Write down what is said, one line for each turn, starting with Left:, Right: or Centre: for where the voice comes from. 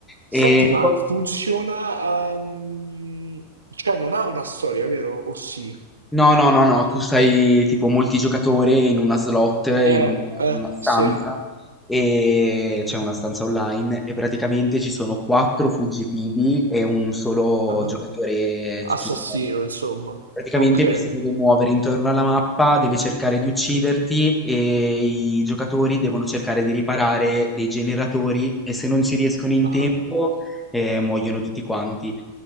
Centre: E
Right: Senti, ma
Centre: poi...
Right: funziona... ehm, cioè, non ha una storia, vero? O sì?
Centre: No, no, no, no, tu sei tipo multigiocatore in una slot,
Right: Eh,
Centre: in, un- in
Right: eh,
Centre: una stanza,
Right: sì.
Centre: e c'è una stanza online, e praticamente ci sono quattro fuggitivi e un solo
Right: Ah,
Centre: giocatore
Right: Assassino,
Centre: killer.
Right: insomma.
Centre: Praticamente
Right: Ok.
Centre: lui si deve muovere intorno alla mappa, deve cercare di ucciderti e i giocatori devono cercare di riparare dei generatori e se non ci riescono in
Right: Ah,
Centre: tempo eh, muoiono tutti quanti.